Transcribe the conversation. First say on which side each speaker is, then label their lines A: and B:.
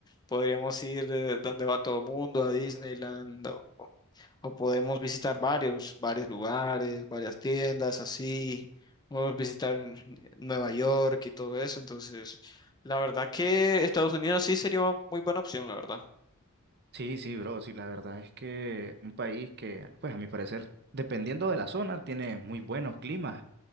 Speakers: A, on the left; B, on the right.
A: podríamos ir de donde va todo el mundo, a Disneyland o podemos visitar varios, varios lugares, varias tiendas, así, podemos visitar Nueva York y todo eso, entonces, la verdad que Estados Unidos sí sería una muy buena opción, la verdad.
B: Sí, sí, bro, sí, la verdad es que un país que, pues a mi parecer, dependiendo de la zona, tiene muy buenos climas